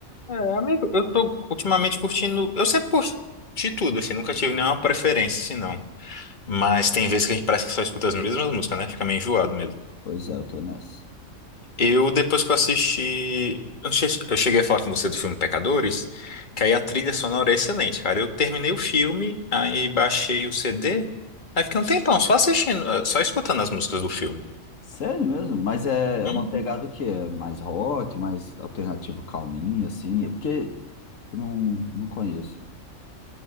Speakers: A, on the left; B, on the left.
A: É, amigo, eu tô ultimamente curtindo. Eu sempre curti tudo, assim, nunca tive nenhuma preferência, assim, não. Mas tem vezes que a gente parece que só escuta as mesmas músicas, né? Fica meio enjoado mesmo.
B: Pois é, eu tô nessa.
A: Eu, depois que eu assisti. Eu não sei se- eu cheguei a falar com você do filme Pecadores, que aí a trilha sonora é excelente, cara. Eu terminei o filme, aí baixei o CD, aí fiquei um tempão só assistindo, eh, só escutando as músicas do filme.
B: Sério mesmo? Mas é, é
A: Hum.
B: uma pegada que é mais rock, mais alternativo calminho, assim. É porque eu não, não conheço.